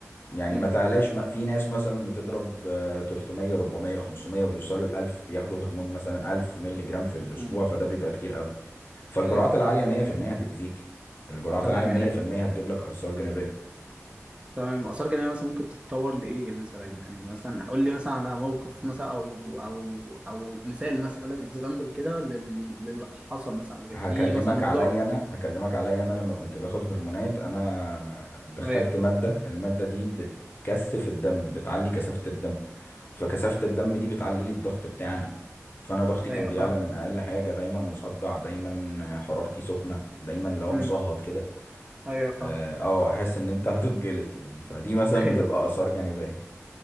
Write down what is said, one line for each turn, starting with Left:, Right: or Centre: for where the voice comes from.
Left: يعني
Right: امم
Left: ما تعلاش ما في ناس مثلا بتضرب آه، 300 400 500 وبيوصلوا ل 1000 بياخدوا هرمون مثلا 1000 مللي جرام في الاسبوع
Right: امم
Left: فده بيبقى كتير قوي فالجرعات
Right: أيوه
Left: العاليه 100% هتاذيك الجرعات
Right: تمام
Left: العاليه 100%
Right: يعني
Left: هتجيب لك اثار جانبيه
Right: تمام الآثار الجانبية مثلا ممكن تتطور لإيه مثلا يعني مثلا قول لي مثلا على موقف مثلا أو أو أو مثال مثلا إكزامبل كده لل- للي حصل مثلا
Left: هكلمك
Right: في مثلا موضوع
Left: عليا انا هكلمك عليا انا لما كنت باخد هرمونات انا دخلت
Right: أيوه
Left: ماده الماده دي بتكثف الدم بتعلي كثافه الدم فكثافه الدم دي بتعلي لي الضغط بتاعنا فانا ضغطي كان
Right: ايوه
Left: بيعلى
Right: فاهم
Left: من اقل حاجه دايما مصدع دايما حرارتي سخنه دايما اللي هو
Right: امم
Left: مصهد كده
Right: ايوه فاهم
Left: اه آه، احس ان انت هتتجلط يعني فدي مثلا
Right: <laughs> ايوه
Left: بتبقى اثار جانبيه